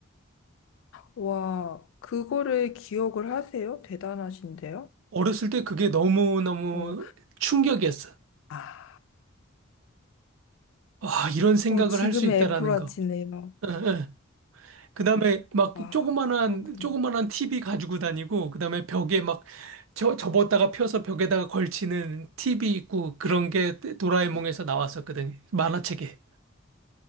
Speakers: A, on the left; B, on the right.
A: 와, 그거를 기억을 하세요? 대단하신데요?
B: 어렸을 때 그게 너무너무
A: 어,
B: 충격이었어.
A: 아,
B: 와, 이런 생각을
A: 어, 지금의
B: 할 수 있다라는
A: 애플워치네요.
B: 거. 예, 예. 그다음에 막
A: 와,
B: 조그만한
A: 그렇군요.
B: 조그만한 TV 가지고 다니고 그다음에 벽에 막 저, 접었다가 펴서 벽에다가 걸치는 TV 있고 그런 게 도라에몽에서 나왔었거든요. 만화책에.